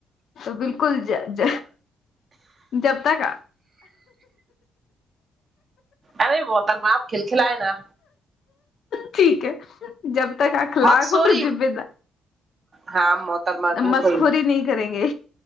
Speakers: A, on the left; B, on the right.
A: تو بالکل ج ج جب تک
B: ارے محترمہ آپ کهیل کھلا یے نا
A: ٹھیک ہے جب تک اخلاق
B: مقصوری
A: اور جبے دار
B: ہاں محترمہ بالکل
A: مسخوری نہیں کریں گے